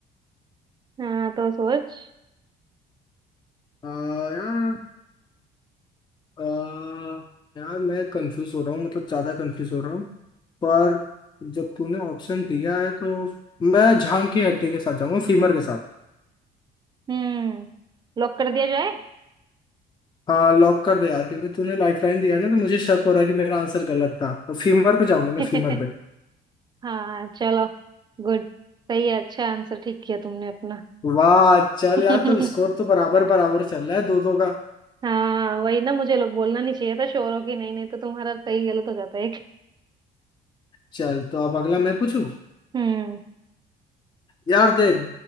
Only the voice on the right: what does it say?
हाँ तो सोच
हम्म लॉक कर दिया जाए
<laughs>
हाँ चलो गुड सही है अच्छा आंसर ठीक किया तुमने अपना
<laughs>
हाँ वही ना मुझे लोग बोलना नहीं चाहिए था शोरों की नहीं नहीं तो तुम्हारा सही गलत हो जाता है <laughs> एक
हम्म